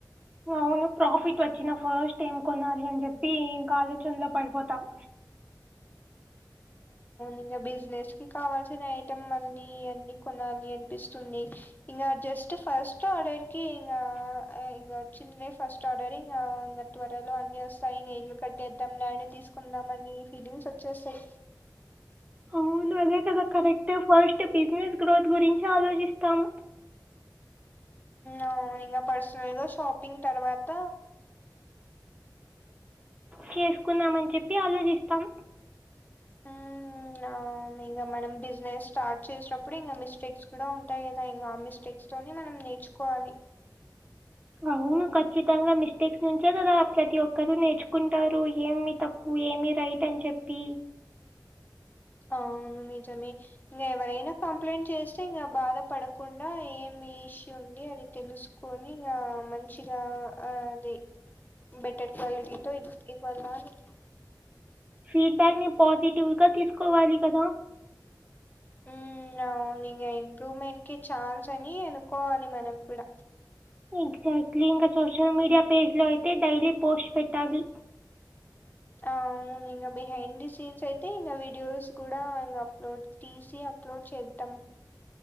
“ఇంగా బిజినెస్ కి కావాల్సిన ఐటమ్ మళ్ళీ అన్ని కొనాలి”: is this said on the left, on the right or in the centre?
Left